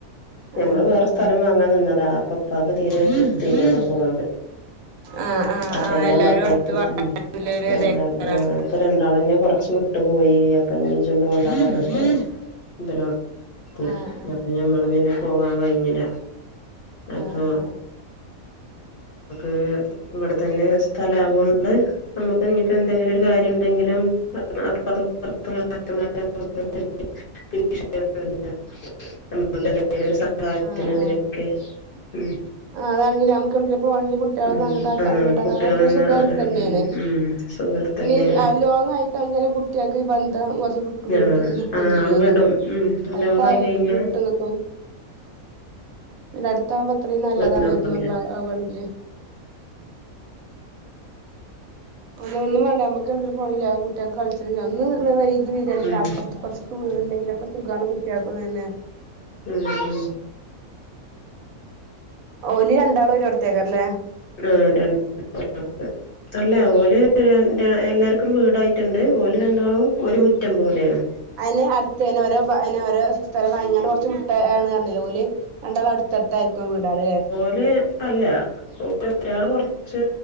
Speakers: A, on the left; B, on the right.
A: ഞമ്മള്
B: ആഹ്
A: വേറെ
B: ആഹ്
A: സ്ഥലം വാങ്ങാൻ നിന്നതാ അപ്പം ഇപ്പാക്ക് തീരെ തൃപ്തി ഇല്ല ഞമ്മള് പോണത്
B: ആഹ് ആഹ്
A: അപ്പ
B: ആഹ്
A: എല്ലാ
B: എല്ലാരും
A: മക്കൾക്കും
B: അടുത്ത്
A: ഉം
B: ഒരു ഇതേക്കാരം
A: എല്ലാരും ആഹ് ഇപ്പൊ രണ്ടാളന്നെ കൊറച്ച് വിട്ടു പോയി അപ്പൊ ഇഞ്ഞ് ഇജും പോണ്ട പറഞ്ഞിട്ട് ഇബല് <unintelligible>
B: ആഹ് ആഹ്
A: അപ്പം ഞമ്മള് പിന്നെ പോകാൻ കയ്ഞ്ഞില അപ്പോ
B: ആഹ് ആഹ്
A: ഒക്കേ ഇവിടെ തന്നെ സ്ഥലം അതോണ്ട് നമ്മക്ക് ഇഞ്ഞ് ഇപ്പം എന്തെങ്കിലും ഒരു കാര്യം ഉണ്ടെങ്കിലും അപ്പൊറത്തും ഇപ്പൊറത്തും നാത്തൂമാര് അതും ഇണ്ട്
B: <inaudible>
A: വിളിച്ചാ കേക്ക്ണോട്ത്ത് നമ്മുക്ക് എന്തെങ്കിലും ഒരു സഹായത്തിനും
B: ആഹ് ആഹ്
A: ഇതിനും ഒക്കെ ഉം
B: ആഹ് അതാണ് ഞമ്മക്ക് എവടക്കേലും പോണങ്കില് കുട്ടികളെ
A: ഉം
B: ഒന്ന് അങ്ങട്ടാക്കാനും
A: ആഹ്
B: ഇങ്ങട്ടാക്കാനും
A: കുട്ടികളെന്നാ
B: അതക്കെ സുഖം അടുത്തന്നെണ്
A: ഉം ഉം സുഖം
B: പിന്നെ
A: തന്നെയാണ്
B: ഈ ലോങ് ആയി കയിഞ്ഞാലും കുട്ടികൾക്ക് ഈ ബന്ധം കുറച്ച് വിട്ട് വിട്ട്
A: ആഹ്
B: നിക്കും
A: ആഹ്
B: ചെയ്യും അതാണ്
A: വിടും ഉം
B: അട്ത്താവും
A: ലോങ്ങായി കഴിഞ്ഞാ
B: വീട്ട് നിക്കും പിന്നെ അടുത്താവകുമ്പോ അത്രയും നല്ലതാണ്
A: ണ്ടാവൂല
B: ഒരുമുള്ള ആവാണെങ്കില് ഒന്നും ഒന്നും വേണ്ട നമ്മക്ക് എവടെക്കെങ്കിലും പോണങ്കില് അത് കുട്ട്യാക്ക് കൾച്ചണെങ്കി അന്ന് വൈകി വരാണെങ്കില്
A: ഉം
B: അപ്പറത്തും ഇപ്പറത്തും ഒക്കെ വീടുണ്ടെങ്കിൽ ഒക്കെ സുഖാണ് കുട്ടേക്കും തന്നെ
A: ഉം ഉം
B: ഓല് രണ്ടാളും ഒരോട്ത്ത് അയ്കാരം ലേ
A: ആ <unintelligible> അല്ല ഓല് എല്ലാർക്കും വീടായി ട്ട്ണ്ട് ഓല് രണ്ടാളും ഒരു മുറ്റം പോലെയാണ്
B: അയിന് അടുത്ത് തന്നെ ഓരോ വാ പിന്നെ ഒരോ സ്ഥലം വാങ്ങി അവടെ കൊറച്ച് വിട്ടാണ് എന്ന് പറഞ്ഞിലെ ഓല് രണ്ടാളും അടുത്തടുത്തായിരിക്കും വീടാ ള് ലെ
A: നന്നേ അടുത്ത് അല്ല ഒരാള് കൊറച്ച്